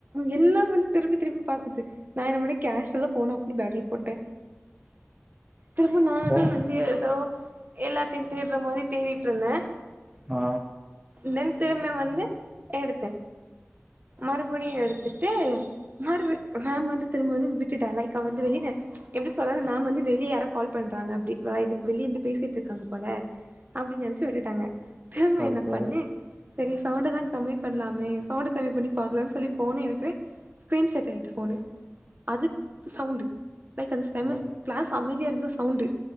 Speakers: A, on the right (about 40°); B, on the right (about 20°).
A: எல்லா வந்து திரும்பி திரும்பி பாக்குது நா என்ன பன்னே கேஷ்வலா ஃபோன ஆஃப்பன்னி பேக்ல போட்டே திரும்ப நானும்
B: ஓ
A: வந்து எதோ எல்லாத்தையு தேடுற மாரி தேடிட்ருந்தே
B: ஆ
A: தென் திரும்ப வந்து எடுத்தே மறுபடியு எடுத்துட்டு மறுபடி மேம் வந்து திரும்ப வந்து விட்டுட்டா லைக்கா அவ வந்து வெளில எப்டி சொல்றது மேம் வந்து வெளிய யாரோ கால் பண்றாங்க அப்டி வ வி வெளியே இருந்து பேசிட்ருக்காங்க போல அப்டி நெனைச்சு விட்டுட்டாங்க திரும்ப
B: ஓகே
A: என்ன பண்ணே சரி சவுண்டதா கம்மி பண்லாமே சவுண்டு கம்மி பண்ணி பாக்கலாம்னு சொல்லி ஃபோனே எடுக்கிறே ஸ்க்ரீன்ஷாடாயுட்டு ஃபோனு அதுக் சவுண்டு லைக் அந்த டைம்ல
B: ஓ
A: கிளாஸ் அமைதியா இருந்தா சவுண்டு